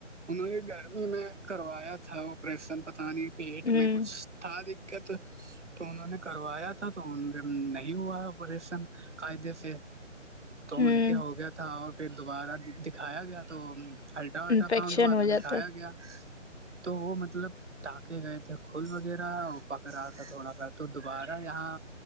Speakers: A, on the right; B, on the left.
A: انہوں نے گرمی میں کروایا تھا آپریشن پتہ نہیں پیٹ
B: ہ ہ
A: میں کچھ تھا دقت تو انہوں نے کروایا تھا تو ان ہوا آپریشن قاعدے سے تو
B: ہ
A: ان کے ہو گیا تھا اور پھر دوبارہ دکھایا گیا تو الٹرا الٹرا
B: انفیکشن
A: ساؤنڈ ہوا
B: ہو
A: تو
B: جاتا
A: دکھایا
B: ہے
A: گیا تو وہ مطلب ٹانکے گئے تھے کھول وغیرہ پک رہا تھا تھوڑا سا تو دوبارہ یہاں